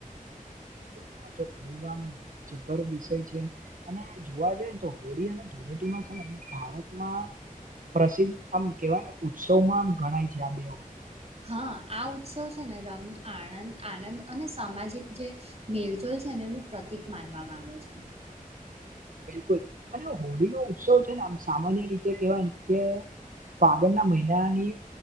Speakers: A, on the right (about 65°); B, on the right (about 45°).
A: બિલકુલ આ તો ખબ આમ જબ્બર વિષય છે અને જોવા જઈને તો હોળી અને ધોળટી ભારતમાં પ્રસિદ્ધ આમ કેવાય ને ઉત્સવમાં આમ ગણાય છે આ બે
B: હા આ ઉત્સવ છે ને રંગ આનંદ આનંદ અને સામાજિક જે મેલજોલ છે નું પ્રતિક માનવામાં આવે છે
A: બિલકુલ અને હોળી નો ઉત્સવ છે ને આમ સામાન્ય રીતે કેહેવાય કે ફાગણના મહિનાની